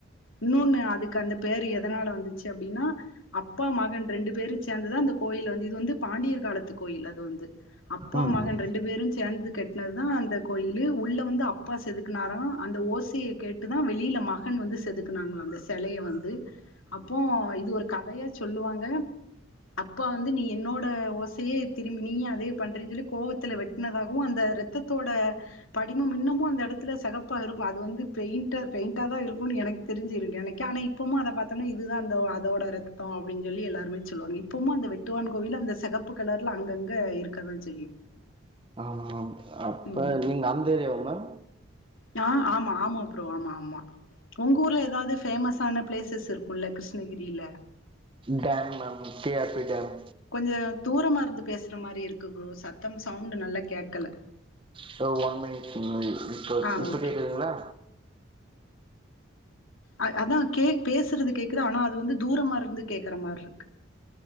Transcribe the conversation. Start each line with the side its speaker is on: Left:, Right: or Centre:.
Left: இன்னொன்னு அதுக்கு அந்த பேர் எத அதனால வந்துச்சு அப்படின்னா அப்பா மகன் ரெண்டு பேரு சேர்ந்துதா அந்த கோயில வந்து இது வந்து பாண்டியர் காலத்து கோயில் அது வந்து அப்பா
Right: ம்
Left: மகன்
Right: ம்
Left: ரெண்டு பேரு சேர்ந்தது கெட்டினது தா அந்த கோயிலு உள்ள வந்து அப்பா செதுக்குனாரா அந்த ஓசைய கேட்டுதா வெளியில மகன் வந்து செதுக்குனாங்களா அந்த செலைய வந்து அப்போ இது ஒரு கதையா சொல்லுவாங்க அப்பா வந்து நீ என்னோட ஓசையே திரும்பி நீயு அதே பண்றீன்னு சொல்லி கோவத்துல வெட்டினதாகவு அந்த ரத்தத்தோட படிமு இன்னுமு அந்த எடத்துல செகப்பா இருக்கு அது வந்து பெயிண்ட் பெயிண்டா தா இருக்கும்னு எனக்கு தெரிஞ்சுருக்கு எனக்கு ஆனா இப்பமு அத பாத்தோன்னா இதுதா அந்த அதோட ரத்தோ அப்டின் சொல்லி எல்லாருமே சொல்லுவாங்க இப்பமு அந்த வெட்டுவான் கோவில்ல அந்த செகப்பு கலர்ல அங்கங்க இருக்கதா செய்யு
Right: ஆமா மேம்
Left: ம்
Right: நீங்க நடந்து வரியம்மன்
Left: நா ஆமா ஆமா ப்ரோ ஆமா ஆமா உங்க ஊர்ல எதாவது ஃபேமஸ்ஸான பிளேஸ் பிளேசஸ் இருக்குள்ள கிருஷ்ணகிரியில
Right: dam ma'am K R P dam
Left: கொஞ்ச தூரமா இருந்து பேசுற மாரி இருக்கு ஃப்ரோ சத்தம் சவுண்டு நல்லா கேக்கல
Right: தோ ஒன் மினிட் இப்ப
Left: ஆ
Right: இப்ப
Left: ஓகே
Right: கேக்குதுங்களா
Left: அத் அதா கே பேசுறது கேக்குது ஆனா அது வந்து தூரமா இருந்து கேக்குற மார் இருக்கு